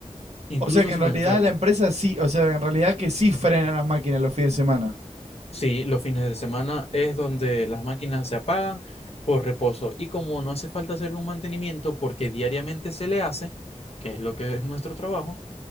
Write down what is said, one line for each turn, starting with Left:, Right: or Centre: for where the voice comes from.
Left: incluso
Right: O sea que
Left: si
Right: en realidad
Left: me enfermo.
Right: la empresa sí, o sea, en realidad que sí frena las máquinas los fines de semana.
Left: Sí, los fines de semana es donde las máquinas se apagan por reposo. Y como no hace falta hacer un mantenimiento porque diariamente se le hace, que es lo que es nuestro trabajo,